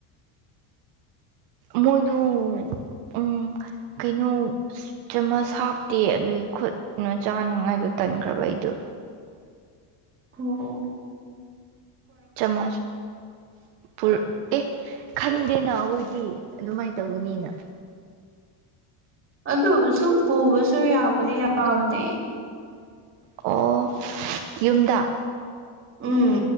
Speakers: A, on the right; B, on the right.
A: ꯃꯣꯏꯗꯨ ꯎꯝ ꯀꯩꯅꯣ ꯆꯃꯁ ꯍꯥꯞꯇꯦ ꯑꯗꯨꯒꯤ ꯈꯨꯠꯅ ꯆꯥꯅꯉꯥꯏꯗꯣ ꯇꯟꯈ꯭ꯔꯕ ꯑꯩꯗꯣ
B: ꯑꯣ ꯑꯣ
A: ꯆꯃꯁ ꯄꯨꯔ ꯑꯦ ꯈꯪꯗꯦꯅ ꯑꯩꯈꯣꯏꯗꯤ ꯑꯗꯨꯃꯥꯏꯅ ꯇꯧꯒꯅꯤꯅ
B: ꯑꯗꯨꯒ ꯁꯨꯝ ꯄꯨꯕꯁꯨ ꯌꯥꯕꯗꯤ ꯌꯥꯕꯅꯦ
A: ꯑꯣ ꯌꯨꯝꯗꯥ
B: ꯎꯝ